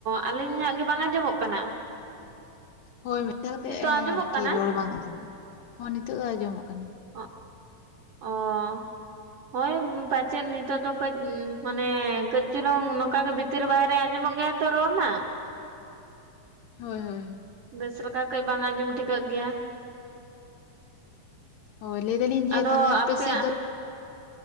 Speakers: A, on the right (about 65°); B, on the left (about 75°).
A: ᱟᱹᱞᱤᱧ ᱧᱟᱜ ᱜᱮ ᱵᱟᱝ ᱟᱡᱚᱢᱚᱜ ᱠᱟᱱᱟ?
B: ᱦᱳᱭ ᱢᱤᱫ ᱫᱷᱟᱣ ᱠᱟᱛᱮᱜ
A: ᱱᱤᱛᱚᱜ
B: ᱮ
A: ᱟᱸᱡᱚᱢᱚᱜ
B: ᱟᱨᱠᱤ
A: ᱠᱟᱱᱟ
B: ᱨᱚᱲ ᱵᱟᱝ ᱟᱸᱡᱚᱢᱚᱜ ᱠᱟᱱᱟ, ᱦᱚᱸ ᱱᱤᱛᱚᱜ ᱫᱚ ᱟᱸᱡᱚᱢᱚᱜ ᱠᱟᱱᱟ᱾
A: ᱟᱸᱜ ᱚ᱾ ᱦᱳᱭ ᱯᱟᱪᱮᱫ ᱱᱤᱛᱚᱜ ᱫᱚ ᱠᱟᱹᱡ ᱢᱟᱱᱮ ᱠᱟᱹᱡ ᱪᱩᱞᱩᱝ ᱱᱚᱝᱠᱟ ᱜᱮ ᱵᱷᱤ ᱛᱤᱨ ᱵᱟᱭᱨᱮ ᱟᱸᱡᱚ ᱢᱚᱜ‌ ᱜᱮᱭᱟ ᱛᱚ ᱨᱚᱲ ᱢᱟ,
B: ᱦᱳᱭ ᱦᱳᱭ᱾
A: ᱵᱮᱥ ᱞᱮᱠᱟ ᱠᱟᱹᱡ ᱵᱟᱝ ᱟᱡᱚᱢ ᱴᱷᱤᱠᱟᱹᱜ ᱜᱮᱭᱟ᱾
B: ᱦᱳᱭ, ᱞᱟᱹᱭ ᱫᱟᱞᱤᱧ ᱡᱮ
A: ᱟᱫᱚ
B: ᱛᱟᱦᱚᱞᱮ ᱟᱯᱮ
A: ᱟᱯᱮᱭᱟᱜ
B: ᱥᱮᱫ